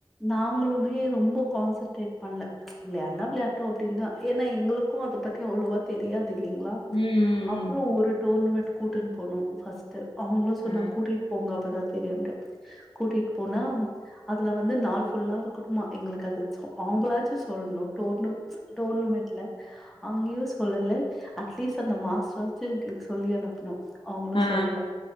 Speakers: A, in the centre; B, on the left.
A: நாங்களுமே ரொம்ப கான்சென்ட்ரேட் பண்ணல விளயாண்ணா விளையாட்டு அப்டின்னு தான் ஏன்னா எங்களுக்கு கொம் அத பத்தி அவ்ளோவா தெரியாது இல்லேங்களா
B: ம் ம்
A: அப்புற ஒரு டோர்னமெண்ட் கூட்டுனு போனு ஃபஸ்ட் அவங்களு சொன்னாங்க
B: ம் ஆ
A: கூட்டிட்டு போங்க அப்பதான தெரியாதுன்டோ கூட்டிட்டு போனா அதுல வந்து நாள் புல்லா இருக்கணுமா எங்களுக்கு அதுசு அவங்களாச்சு சொல்லணு டோர்னு டோர்னுமெண்ட்ல அங்கேயு சொல்லலா அட்லீஸ்ட் அந்த மாஸ்டார்ரச்சுச் எங்களுக்கு சொல்லி அனுப்பணு அவுங்களு
B: ஆ
A: சொல்லல